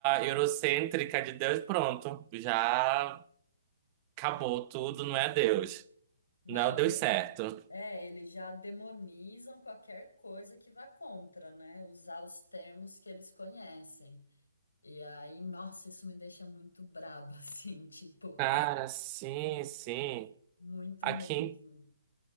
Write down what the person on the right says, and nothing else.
eurocêntrica de Deus, pronto, já acabou tudo, não é Deus.
Não deu certo.
Cara, sim, sim.
Aqui,
em-